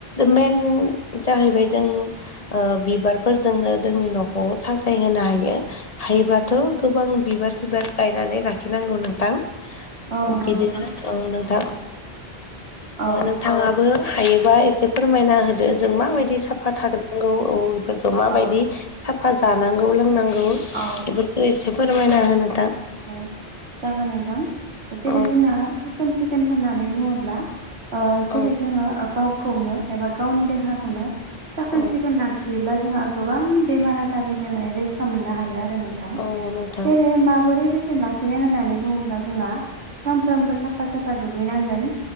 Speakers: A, on the left (about 35°); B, on the right (about 80°).
A: मेन जाहैबाय जों बिबारफोरजोंनो जोंनि न'खौर साजायहोनो हायो हायोब्लाथ' गोबां बिबार सिबार गायनानै लाखिनांगौ नोंथां
B: औ नंगौ
A: बिदिनो
B: नोंथां
A: नोंथां
B: औ
A: नोंथाङाबो हायोबा एसे फोरमायना होदो जों माबायदि दि साफा थागोनांगौ औ बेफोरखौ माबायदि
B: औ
A: साफा जानांगौ लोंनांगौ बेफोरखौ
B: औ
A: एसे फोरमायना होनो नोंथां
B: औ जागोन नोंथां जेरै
A: औ
B: जोंना साखोन सिखोन होननानै बुङोब्ला जेरै
A: औ
B: जोङो गावखौनो एबा गावनि देहाखौनो साखोन
A: औ
B: सिखोन लाखियोब्ला जोंहा गोबां बेमार आजारनिफ्राय मा रैखा मोननो हायो आरो नोंथां
A: औ नोंथां
B: जेर माबोरै जोथोन लाखिनो होननानै बुङोब्ला जोंना सानफ्रोमबो साफा साफा दुगैनांगोन